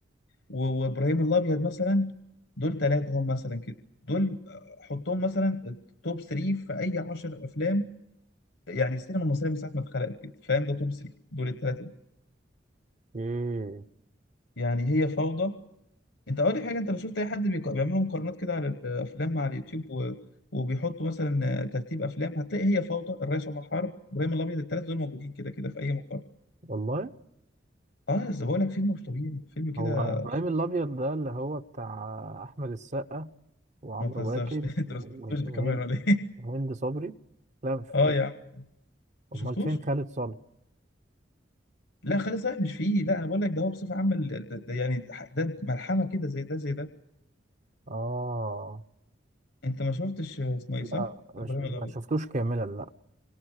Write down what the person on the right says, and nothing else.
ايه
والله
هو ابراهيم
الابيض ده اللي هو بتاع احمد السقا وعمرو
واكد
و-
وهند
وهند صبري لا مش شفتوش
امال فين خالد صالح
اه
لا
مش-
ما
شفتوش كاملا لا